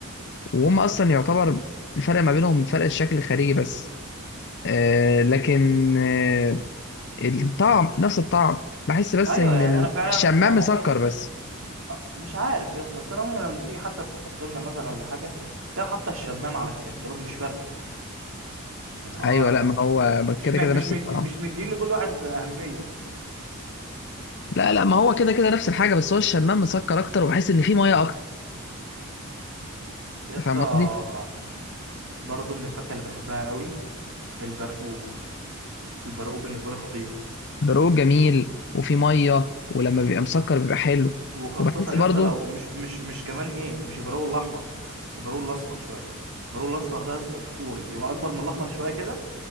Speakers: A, on the left (about 55°); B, on the right (about 70°).
A: وهم اصلا يعتبر الفرق ما بينهم فرق الشكل الخارجي بس آه لكن آه الطعم نفس الطعم بحس بس
B: ايوه
A: ان
B: يعني
A: ال-
B: انا فعلا
A: الشمام مسكر
B: امي
A: بس
B: أه، مش عارف يا اسطى بس انا امي لما بتيجي حتى تحط لنا مثلا ولا حاجه تلاقي حاطه الشمام على الكنتالوب مش فارقه اللي هو
A: ايوه لا ما هو ما كده
B: مش م...
A: كده
B: مش
A: نفس
B: مدي
A: الطعم
B: مش مدين لكل واحد اهميه
A: لا لا ما هو كده كده نفس الحاجه بس هو الشمام مسكر اكتر وبحس ان فيه ميه اكتر
B: يا اسطى
A: أنت فاهم قصدي
B: برضه من الفاكهه اللي بحبها قوي البرقوق البرقوق بالنسبه لي خطير
A: برقوق جميل وفيه ميه ولما بيبقى مسكر بيبقى حلو
B: وخاصه
A: وبحس
B: يا
A: برضو
B: اسطى لو مش مش مش كمان ايه مش البرقوق الاحمر البرقوق الاصفر شويه البرقوق الاصفر ده يا اسطى اسطوري بيبقى اكبر من الاحمر شويه كده